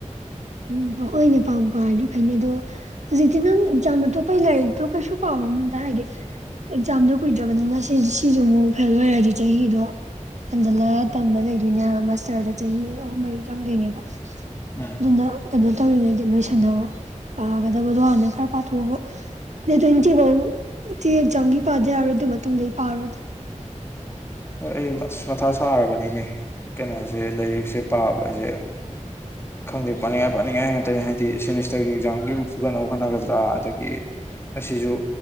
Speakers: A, on the right (about 65°); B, on the left (about 20°).
A: ꯎꯝꯍꯣꯏꯅꯦ ꯄꯥꯕꯨ ꯄꯥꯔꯗꯤ ꯐꯩꯅꯦ ꯑꯗꯣ ꯍꯧꯖꯤꯛꯇꯤ ꯅꯪ ꯥꯑꯦꯛꯖꯥꯝ ꯑꯇꯣꯞꯄꯩ ꯂꯥꯏꯔꯤꯛꯇꯣ ꯀꯩꯁꯨ ꯄꯥꯔꯨꯅꯨꯗ ꯍꯥꯏꯗꯤ ꯑꯦꯛꯖꯥꯝꯗꯣ ꯀꯨꯏꯗ꯭ꯔꯕꯅꯤꯅ ꯁꯤꯁꯨ ꯑꯃꯨꯛ ꯐꯦꯜ ꯑꯣꯏꯔꯗꯤ ꯆꯍꯤꯗꯣ ꯍꯟꯖꯤꯂ ꯇꯝꯃ ꯂꯩꯗꯣꯏꯅꯦ ꯃꯁꯇꯔꯗ ꯆꯍꯤ ꯑꯍꯨꯝ ꯃꯔꯤ ꯆꯪꯗꯣꯏꯅꯦꯕ
B: ꯎꯝ
A: ꯑꯗꯨꯅ ꯀꯩꯅꯣ ꯇꯧꯔꯤꯉꯩꯗꯤ ꯂꯣꯏꯁꯟꯅꯧꯔꯣ ꯄꯥꯒꯗꯕꯗꯣ ꯍꯥꯟꯅ ꯈꯔ ꯄꯥꯊꯣꯛꯑꯒ ꯗꯦꯠ ꯇ꯭ꯋꯦꯟꯇꯤ ꯐꯥꯎꯗꯤ ꯑꯦꯛꯖꯥꯝꯒꯤ ꯄꯥꯗ ꯌꯥꯔꯣꯏ ꯑꯗꯨ ꯃꯇꯨꯡꯗꯗꯒꯤ ꯄꯥꯔꯣ ꯑꯗꯨꯅ
B: ꯍꯣꯏ ꯑꯩꯁ ꯃꯊꯥ ꯁꯥꯔꯕꯅꯤꯅꯦ ꯀꯩꯅꯣꯁꯦ ꯂꯥꯏꯔꯤꯛꯁꯦ ꯄꯥꯕꯁꯦ ꯈꯪꯗꯦ ꯄꯥꯅꯤꯉꯥꯏ ꯄꯅꯤꯉꯥꯏ ꯉꯥꯛꯇꯅꯦ ꯗꯤ ꯁꯦꯃꯤꯁꯇꯔꯒꯤ ꯑꯦꯛꯖꯥꯝꯒꯤꯕꯨ ꯐꯨꯒꯠꯅꯕ ꯍꯣꯠꯅꯒꯗ꯭ꯔꯥ ꯑꯗꯒꯤ ꯑꯁꯤꯁꯨ